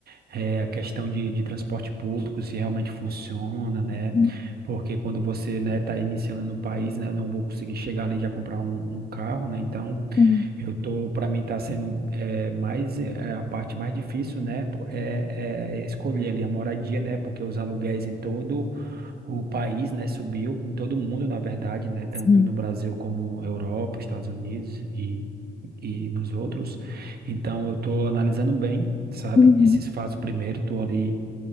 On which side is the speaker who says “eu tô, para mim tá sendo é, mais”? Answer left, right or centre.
Right